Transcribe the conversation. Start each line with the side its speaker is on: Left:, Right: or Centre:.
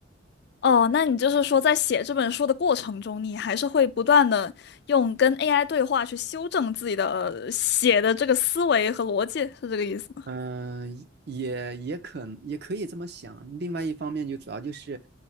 Left: 哦，那你就是说，在写这本书的过程中，你还是会不断的用跟 AI 对话去修正自己的呃写的这个思维和逻辑，是这个意思吗？
Right: 嗯，也也可也可以这么想。另外一方面，就主要就是，